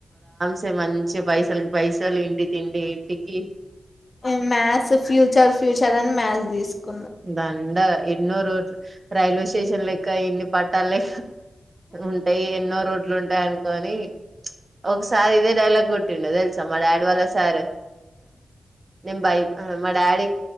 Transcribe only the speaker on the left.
మేం మ్యాథ్స్, ఫ్యూచర్ ఫ్యూచర్ అని మ్యాథ్స్ తీసుకు